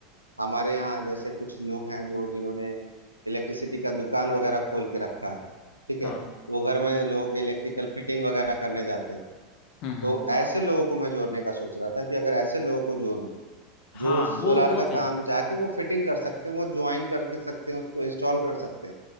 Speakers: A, on the right; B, on the left.
A: हमारे यहाँ जैसे कुछ लोग हैं जो जिन्होंने इलेक्ट्रिसिटी का दुकान वगैरह खोल के रखा है ठीक
B: हाँ
A: है वो घर में लोगों के इलेक्ट्रिकल फिटिंग वगैरह करने जाते हैं
B: हम्म हम्म
A: तो ऐसे लोगों को मैं जोड़ने का सोच रहा था कि अगर ऐसे लोगों को जोड़ूं
B: हाँ
A: जो सोलार
B: वो वो
A: का
B: सही
A: काम
B: कर
A: जाके वो फिटिंग कर सकते हैं वो ज्वाइन करके सकते हैं उसको इंस्टॉल कर सकते हैं